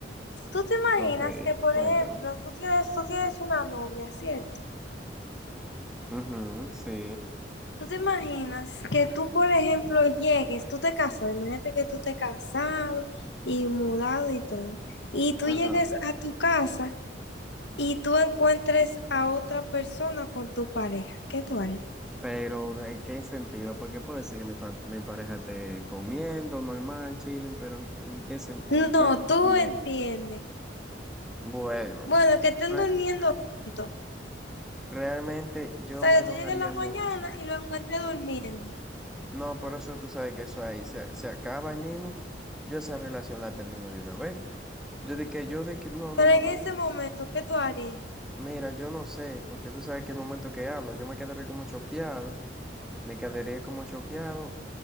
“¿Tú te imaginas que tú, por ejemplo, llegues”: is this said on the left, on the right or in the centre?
Left